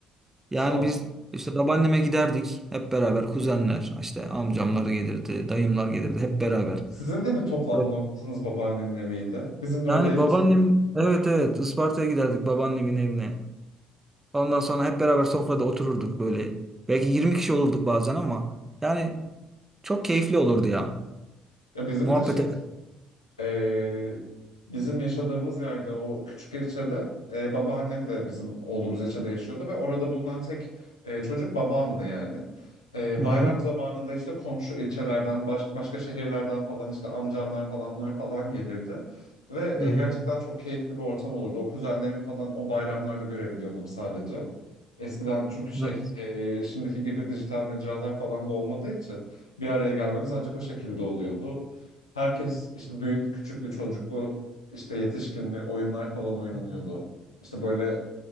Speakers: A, on the right; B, on the left.
A: Yani
B: Sağ olsun.
A: biz işte babaanneme giderdik hep beraber kuzenler işte amcamlar gelirdi dayımlar gelirdi hep beraber.
B: Sizin de mi toplanma
A: Evet.
B: noktanız babaannenin eviydi? Bizim de
A: Yani
B: öyleydi
A: babaannem
B: çünkü.
A: evet evet Isparta'ya giderdik babaannemin evine. Ondan sonra hep beraber sofrada otururduk böyle. Belki 20 kişi olurduk bazen ama yani çok keyifli olurdu ya.
B: Ya bizim
A: Muhabbet
B: de şey
A: ederdik.
B: Ee, bizim yaşadığımız yerde o küçük ilçede e, babaannem de bizim olduğumuz ilçede yaşıyordu ve orada bulunan tek e, çocuk babamdı yani. E,
A: Hı
B: bayram
A: hı.
B: zamanında işte komşu ilçelerden baş- başka şehirlerden falan işte amcamlar halamlar falan gelirdi. Ve
A: Hı
B: e,
A: hı.
B: gerçekten çok keyifli bir ortam olurdu. O kuzenlerimi falan o bayramlarda görebiliyordum sadece. Eskiden çünkü şey
A: Evet.
B: e, şimdiki gibi dijital mecralar falan da olmadığı için bir araya gelmemiz ancak o şekilde oluyordu. Herkes işte büyüklü, küçüklü, çocuklu, işte yetişkinli oyunlar falan oynanıyordu.
A: Hı
B: İşte böyle